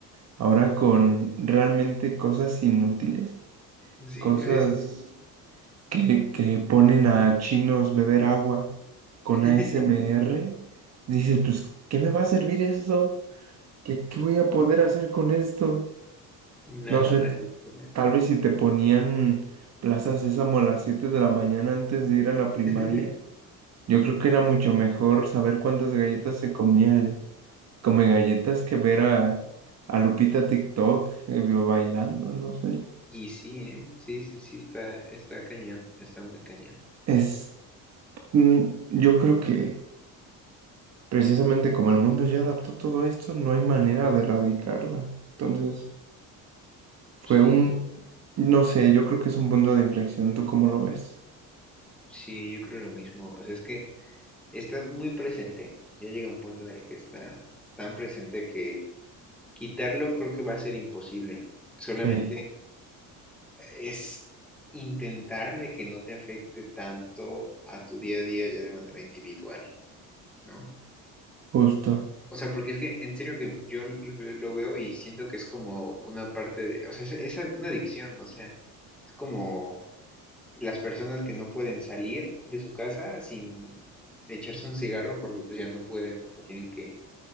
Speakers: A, on the right (about 45°); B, in the centre.
A: ahora con realmente cosas inútiles,
B: Sí,
A: cosas
B: a eso sí.
A: que, que ponen a chinos beber agua con
B: <laughs>
A: ASMR, dices, pues, ¿qué me va a servir eso? ¿Qué, qué voy a poder hacer con esto?
B: Nada,
A: No sé, t-
B: literal.
A: tal vez si te ponían plazas Sésamo a las 7 de la mañana antes de ir a la primaria
B: <laughs>
A: Yo creo que era mucho mejor saber cuántas galletas se comía el come galletas que ver a, a Lupita TikTok eh, bailando, no sé.
B: Y sí, ¿eh? Sí, sí, sí, está, está cañón, está muy cañón.
A: Es, mm, yo creo que precisamente como el mundo ya adaptó todo esto, no hay manera de erradicarla. Entonces, fue
B: Sí,
A: un, no sé, yo creo que es un punto de inflexión. ¿Tú cómo lo ves?
B: sí, yo creo lo mismo. O sea, es que está muy presente. Ya llega un punto en el que está tan presente que quitarlo creo que va a ser imposible. Solamente
A: Sí,
B: es intentar de que no te afecte tanto a tu día a día ya de manera individual, ¿no?
A: justo.
B: O sea, porque es que en serio que yo lo veo lo veo y siento que es como una parte de, o sea, es, es una adicción, o sea, es como las personas que no pueden salir de su casa sin echarse un cigarro porque pues ya no pueden, o sea, tienen que,